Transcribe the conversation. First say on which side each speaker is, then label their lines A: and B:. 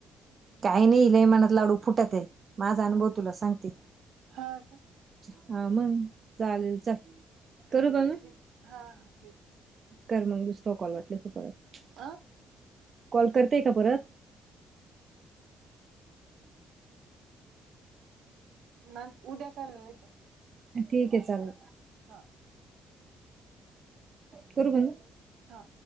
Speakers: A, on the right; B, on the right.
A: काही नाही लयमानात लाडू फुटत आहे माझा अनुभव तुला सांगते!
B: हा का
A: हा मग चालेल ल करू का म
B: ठीक हा हा ठीक
A: कर मग दुसरा कॉल वाटलस परत
B: अह.
A: कॉल करतेय का परत..
B: म उद्या कायला नाहीेत.
A: ठीक आहे चल.
B: हा
A: करू बंद.
B: हा.